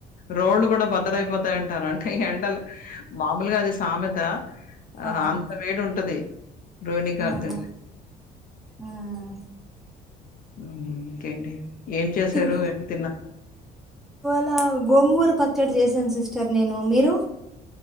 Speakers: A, on the left; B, in the centre.
A: రోడ్ కూడా బ బద్దలైపోతాయంటారు అంటే ఎండలు మా మామూలుగా అది సామెత ఆ
B: అవును
A: అంత వేడి ఉంటది రోహిణీ కార్తున్
B: ఉమ్ ఉమ్
A: ఉమ్ హు, ఇంకేంటి? ఏం చేశారు?
B: తిన్
A: ఏం తిన్నారు?
B: లా గోంగూరు పచ్చడి చేశాను సిస్టర్ నేను, మీరు?